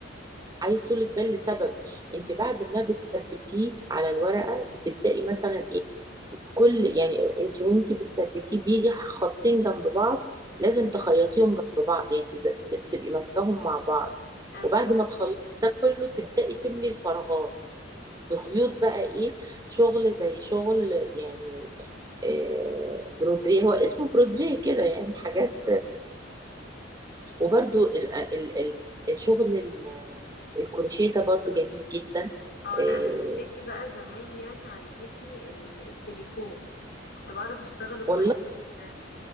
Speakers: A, on the right; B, on the left.
A: عايز طولة بال لسبب انت
B: مم.
A: بعد ما بتثبتيه على الورقة بتبدأي
B: مم.
A: مثلا ايه؟ كل يعني انت وانت بتثبتيه بيجي خطين جنب بعض لازم
B: مم.
A: تخيطيهم جنب بعض يعني تز- تبقي ماسكاهم مع بعض
B: ايوه
A: وبعد ما تخلصي
B: بالظبط.
A: ده كله تبدأي تملي الفراغات بخيوط بقى ايه شغل زي شغل يعني آه، برودريه هو اسمه برودريه كده يعني حاجات
B: مم.
A: وبرده ال
B: مم.
A: ال ال الشغل ال- الكروشيه ده برضو جميل جدا
B: اه
A: آه،
B: لا انا جدتي بقى زمان يعني علمتني ال- التريكو كنت بعرف اشتغله كويس
A: والله
B: جدا